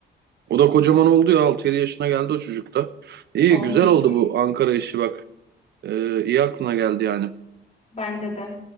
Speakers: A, on the right; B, on the left.
A: O da kocaman oldu ya. Altı yedi yaşına geldi o çocuk da. İyi,
B: Olmuştur.
A: güzel oldu bu Ankara işi bak. Ee, iyi aklına geldi yani.
B: Bence de.